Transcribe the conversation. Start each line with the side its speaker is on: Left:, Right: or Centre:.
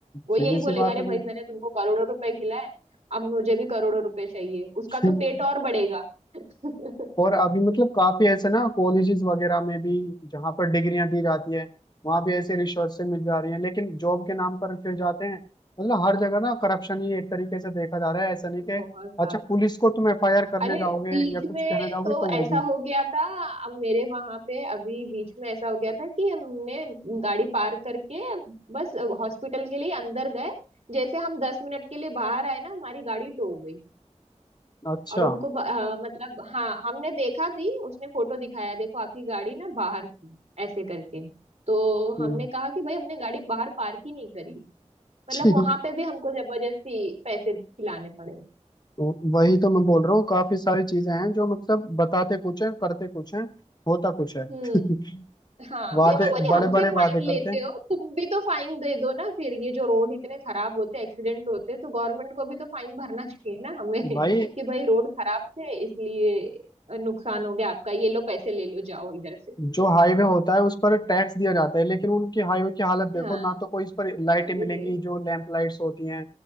Right: वो
Left: सीधी
Right: यही बोलेगा
Left: सी बात
Right: अरे
Left: है
Right: भाई मैंने तुमको करोड़ों रुपए खिलाए अब मुझे भी करोड़ों रुपए चाहिए उसका
Left: भाई
Right: तो पेट
Left: <laughs>
Right: और बढ़ेगा <laughs>
Left: और अभी मतलब काफी ऐसे ना कॉलेजेस वगैरह में भी जहाँ पर डिग्रियां दी जाती है वहां भी ऐसे रिसोर्सेज मिल जा रही हैं लेकिन जॉब के नाम पर फिर जाते हैं मतलब हर जगह ना करप्शन ही एक तरीके से देखा जा रहा है ऐसा नहीं कि
Right: बहुत
Left: अच्छा
Right: ज्यादा
Left: पुलिस को तुम एफआईआर करने
Right: अरे
Left: जाओगे
Right: बीच
Left: या कुछ
Right: में
Left: कहने जाओगे
Right: तो
Left: तो वो
Right: ऐसा
Left: भी
Right: हो गया था अब मेरे वहां पे अभी बीच में ऐसा हो गया था कि हमने गाड़ी पार्क करके बस हॉस्पिटल के लिए अंदर गए जैसे हम दस मिनट के लिए बाहर आए ना हमारी गाड़ी टो हो गई
Left: अच्छा
Right: और उनको ब- अ, मतलब हाँ हमने देखा भी उसने फोटो दिखाया देखो आपकी गाड़ी ना बाहर थी ऐसे करके तो
Left: हम्म,
Right: हमने कहा कि भाई हमने गाड़ी बाहर पार्क ही नहीं करी मतलब
Left: <laughs> ठीक
Right: वहां पे भी हमको जबरदस्ती पैसे खिलाने पड़े
Left: तो वही तो मैं बोल रहा हूँ काफी सारी चीजें हैं जो मतलब बताते कुछ है करते कुछ है होता कुछ है <laughs>
Right: हम्म हाँ
Left: वादे
Right: वही मैं बोली
Left: बड़े
Right: हमसे
Left: बड़े
Right: फाइन
Left: वादे करते
Right: लेते
Left: हैं
Right: हो तुम भी तो फाइन दे दो ना फिर ये जो रोड इतने खराब होते एक्सीडेंट होते तो गवर्नमेंट को भी तो फाइन भरना <laughs> चाहिए ना हमें <laughs>
Left: भाई
Right: कि भाई रोड खराब थे इसलिए नुकसान हो गया आपका ये लो पैसे ले लो जाओ इधर से
Left: जो हाईवे होता है उस पर टैक्स दिया जाता है लेकिन उनकी हाईवे की हालत देखो
Right: हाँ
Left: ना तो कोई इस पर लाइटें
Right: अरे
Left: मिलेंगी जो लैंप लाइट्स होती हैं